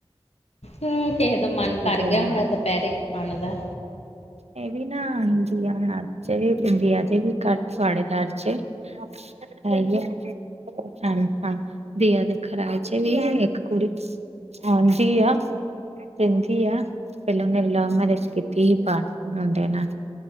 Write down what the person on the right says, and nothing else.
ਕੀ
ਕਰਨਾ।
ਇਹ ਵੀ ਨਾ ਇੰਦੀਆ ਹੁਣ ਅਜ ਇੰਡੀਆ ਦੇ ਵੀ ਘਰ ਪੜੇਦਾਰ ਚ ਹੈ ਹੀ ਐ। ਹ -ਹਾਂ ਦੀਆ ਦੇਖ ਰਾਏ ਚ ਵੀ ਆ ਇੱਕ ਕੁੜੀ ਆਉਦੀ ਆ ਰਹਿੰਦੀ ਪਹਿਲਾਂ ਉਹਨੇ ਲਵ ਮੈਰਿਜ ਕੀਤੀ। ਕੀਤੀ ਸੀ ਪਰ ਮੁੰਡੇ ਨਾਲ